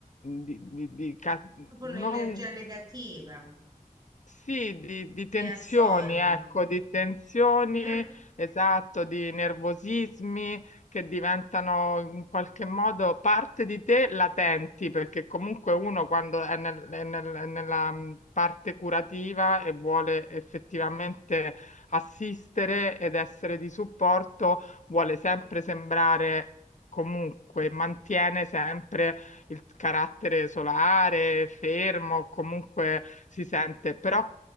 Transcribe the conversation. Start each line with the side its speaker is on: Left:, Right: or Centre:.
Left: di, di- di ca-
Right: Proprio
Left: non,
Right: un'energia negativa
Left: sì, di, di
Right: che
Left: tensioni,
Right: assorbi.
Left: ecco, di tensioni,
Right: Mm.
Left: esatto, di nervosismi che diventano in qualche modo parte di te latenti, perché comunque uno quando è, nel- è nel- è nella mh, parte curativa e vuole effettivamente assistere ed essere di supporto, vuole sempre sembrare comunque, mantiene sempre il carattere solare, fermo, comunque si sente, però